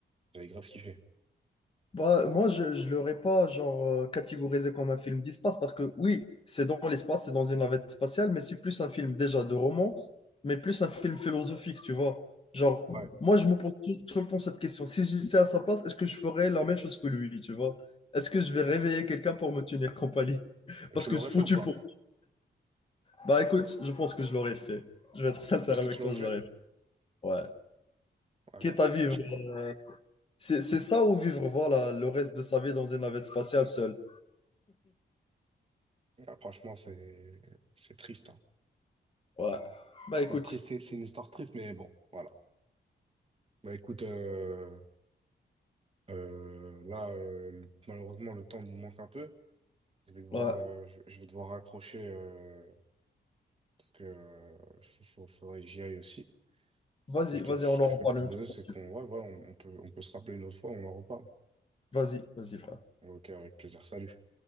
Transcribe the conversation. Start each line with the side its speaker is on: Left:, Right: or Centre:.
Right: J'avais grave kiffé.
Left: Bah, moi, je ne l'aurais pas genre euh, catégorisé comme un film d'espace parce que oui, c'est dans l'espace, c'est dans une navette spatiale, mais c'est plus un film déjà de romance, mais plus un film philosophique, tu vois. Genre,
Right: Ouais.
Left: moi, je me pose tout, tout le temps cette question. Si j'étais à sa place, est-ce que je ferais la même chose que lui, tu vois? Est-ce que je vais réveiller quelqu'un pour me tenir compagnie? Parce
Right: Tu
Left: que
Right: l'aurais
Left: c'est foutu
Right: fait ou pas?
Left: pour Bah écoute, je pense que je l'aurais fait. Je vais être <laughs> sincère
Right: Je pense
Left: avec
Right: que tu
Left: toi,
Right: l'aurais
Left: je
Right: fait?
Left: l'aurais fait. Ouais.
Right: Ouais,
Left: Quitte à vivre.
Right: franchement.
Left: euh, C'est c'est ça ou vivre, voilà, le reste de sa vie dans une navette spatiale seule.
Right: Ah, franchement, c'est c'est triste. hein.
Left: Ouais. Bah
Right: C'est
Left: écoute,
Right: triste, c'est c'est une histoire triste, mais bon, voilà. Bah écoute, euh, euh, là, euh, le- malheureusement, le temps nous manque un peu. Je vais devoir,
Left: ouais.
Right: euh, je, je vais devoir raccrocher euh, parce que euh, faut- faut- faudrait que j'y aille aussi. Ce
Left: Vas-y,
Right: que je te,
Left: vas-y, on
Right: ce que
Left: en
Right: je
Left: reparle
Right: peux te proposer,
Left: une autre fois
Right: c'est
Left: si tu
Right: qu'on,
Left: veux.
Right: ouais, voilà, on, on peut, on peut se rappeler une autre fois, on en reparle.
Left: Vas-y, vas-y, frère.
Right: Ok, avec plaisir. Salut.